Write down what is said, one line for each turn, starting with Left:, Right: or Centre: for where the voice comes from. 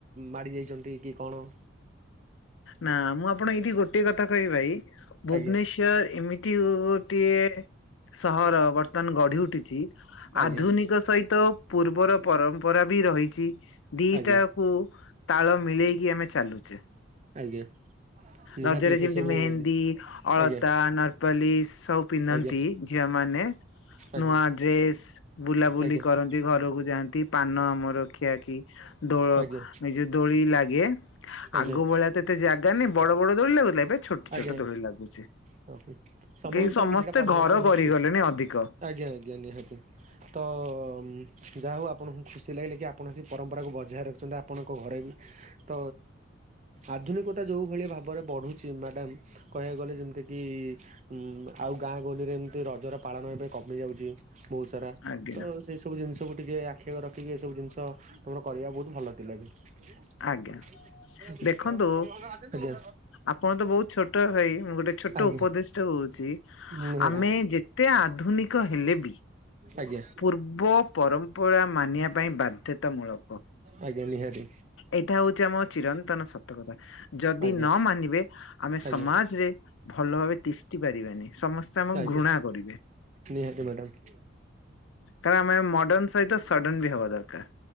Right: ମାଡ଼ି ଯାଇଚନ୍ତି କି କଣ?
Left: ନାଁ ମୁଁ ଆପଣ ଏଇଠି ଗୋଟିଏ କଥା କହିବି ଭାଇ ଭୁବନେଶ୍
Right: ଆଜ୍ଞା
Left: ଯା ଏମିତି ଗୋଟିଏ ସହର ବର୍ତ୍ତମାନ ଗଢ଼ି ଉଠିଚି
Right: ଆଜ୍ଞା
Left: ଆଧୁନିକ ସହିତ ପୂର୍ବର ପରମ୍ପରା ବି ରହିଚି ଦିଟା
Right: ଆଜ୍ଞା
Left: କୁ ତାଳ ମିଳେଇକି ଆମେ ଚାଲୁଚେ।
Right: ଆଜ୍ଞା। ନିହାତି
Left: ରଜରେ
Right: ସେ
Left: ଯେମିତି
Right: ସବୁ
Left: ମେହେନ୍ଦୀ
Right: ଆଜ୍ଞା
Left: ଅଳତା
Right: ଆଜ୍ଞା
Left: ନର୍ ପଲିସ୍ ସବୁ ପିନ୍ଧନ୍ତି
Right: ଆଜ୍ଞା
Left: ଝିଅମାନେ
Right: ଆଜ୍ଞା
Left: ନୂଆ ଡ୍ରେସ୍ ବୁଲାବୁଲି
Right: ଆଜ୍ଞା
Left: କରନ୍ତି ଘରକୁ ଯାଆନ୍ତି ପାନ ଆମର ଖିଆ ଖି ଦୋଳ
Right: ଆଜ୍ଞା
Left: ନିଜ ଦୋଳି ଲାଗେ
Right: ଆଜ୍ଞା
Left: ଆଗ ଭଳିଆ ତ ଏତେ ଜାଗା ନେ ବଡ ବଡ ଦୋଳି ଲାଗୁଥିଲା ଏବେ ଛୋଟ୍ ଛୋଟ୍
Right: ଆଜ୍ଞା
Left: ଦୋଳି ଲାଗୁଛି
Right: ହଁ ସମ
Left: କେହି
Right: ଅନୁସାରେ
Left: ସମସ୍ତେ
Right: କିଛିଟା ପରିବର୍ତ୍ତନ
Left: ଘର
Right: ହେଉଛି।
Left: କରିଗଲେଣିି ଅଧିକ
Right: ଆଜ୍ଞା ଆଜ୍ଞା ନିହାତି। ତ ଉଁ ଯାହାହଉ ଆପଣଙ୍କୁ ଖୁସି ଲାଗିଲା କି ଆପଣ ସେ ପରମ୍ପରାକୁ ବଜାୟ ରଖିଛନ୍ତି ଆପଣଙ୍କ ଘରେ ବି। ତ ଆଧୁନିକତା ଯୋଉ ଭଳି ଭାବରେ ବଢୁଛି ମ୍ୟାଡ଼ାମ୍ କହିବାକୁ ଗଲେ ଯେମିତି କି ଉଁ ଆଉ ଗାଁ ଗହଳିରେ ଏମିତି ରଜର ପାଳନ ଏବେ କମି ଯାଉଚି। ବହୁତ୍ ସାରା ତ
Left: ଆଜ୍ଞା
Right: ସେଇ ସବୁ ଜିନିଷକୁ ଟିକେ ଆଖି ଆଗରେ ରଖିକି ଏସବୁ ଜିନିସ୍ ତୁମର କରିବା ବହୁତ ଭଲ ଥିଲା ବି। <unintelligible>
Left: ଆଜ୍ଞା
Right: ଆଜ୍ଞା।
Left: ଦେଖନ୍ତୁ ଆପଣ ତ ବହୁତ ଛୋଟ ଭାଇ ମୁ ଗୋଟେ ଛୋଟ
Right: ଆଜ୍ଞା
Left: ଉପଦେଶ ଟେ ହଉଛି
Right: ନିହାତି।
Left: ଆମେ ଯେ ତେ ଆଧୁନିକ ହେଲେ ବି
Right: ଆଜ୍ଞା
Left: ପୂର୍ବ ପରମ୍ପରା ମାନିବା ପାଇଁ ବାଧ୍ୟତାମୂଳକ।
Right: ଆଜ୍ଞା ନିହାତି
Left: ଏଇଟା ହଉଚି ଆମ ଚିରନ୍ତନ ସତକଥା। ଯଦି
Right: ଆଜ୍ଞା
Left: ନ ମାନିବେ ଆମେ
Right: ଆଜ୍ଞା।
Left: ସମାଜରେ ଭଲ ଭାବେ ତିଷ୍ଠି ପାରିବେନି ସମସ୍ତେ ଆମକୁ
Right: ଆଜ୍ଞା
Left: ଘୃଣା କରିବେ।
Right: ନିହାତି ମ୍ୟାଡ଼ାମ୍।
Left: କାରଣ ଆମେ ମଡର୍ଣ୍ଣ ସହିତ ସଡନ୍ ବି ହବା ଦରକାର୍।